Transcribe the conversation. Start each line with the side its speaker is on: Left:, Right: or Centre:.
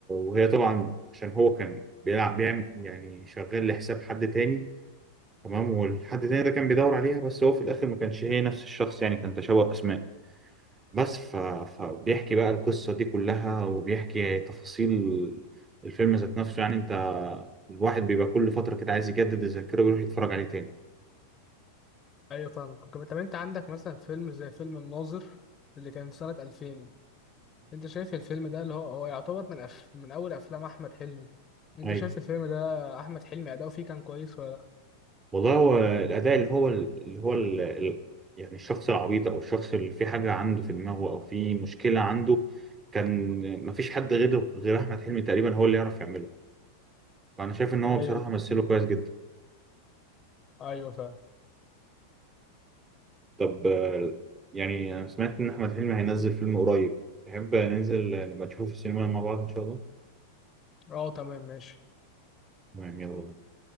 Right: وهي طبعا عشان هو كان بيلعب بيعمل يعني شغال لحساب حد تاني تمام والحد تاني ده كان بيدور عليها بس هو في الاخر ما كانش هي نفس الشخص يعني كان تشابه اسماء بس ف... فبيحكي بقى القصة دي كلها وبيحكي تفاصيل الفيلم ذات نفسه يعني انت الواحد بيبقى كل فترة كده عايز يجدد الذاكرة ويروح يتفرج عليه تاني
Left: ايوه فاهمك طب طب انت عندك مثلا فيلم زي فيلم الناظر اللي كان في سنه 2000 انت شايف الفيلم ده اللي هو هو يعتبر من أف... من اول افلام احمد حلمي انت
Right: ايوه
Left: شايف الفيلم ده احمد حلمي اداؤه فيه كان كويس ولا
Right: والله هو الاداء اللي هو اللي هو ال- ال- يعني الشخص العبيط او الشخص اللي في حاجه عنده في دماغه او في مشكله عنده كان ما فيش حد غير غير احمد حلمي تقريبا هو اللي يعرف يعمله فانا شايف ان
Left: لا
Right: هو بصراحه
Left: ايوه
Right: مثله كويس جدا
Left: ايوه فاهم
Right: طب آه، يعني انا سمعت ان احمد حلمي هينزل فيلم قريب تحب ننزل نبقى نشوفه في السينما مع بعض ان شاء الله
Left: اه تمام ماشي
Right: تمام يلا بينا.